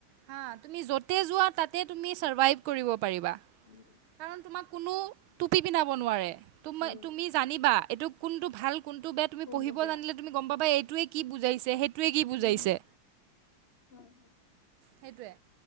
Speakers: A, on the right (about 85°); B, on the left (about 30°).
A: হা তুমি যতে যোৱা তাতে তুমি চাৰ্ভাইব কৰিব পাৰিবা,
B: উম
A: কাৰন তোমাক কোনো টুপী পিন্ধাব নোৱাৰে, তুমি
B: উম
A: তুমি জানিবা এইটো কোনটো ভাল কোনটো বেয়া তুমি
B: কোনটো
A: পঢ়িব
B: বেয়া
A: জানিলে গম পাবা এইটোৱে কি বুজাইছে সেইটো এই টোৱে কি বুজাইছে?
B: উম হয় হয়
A: সেইটোৱে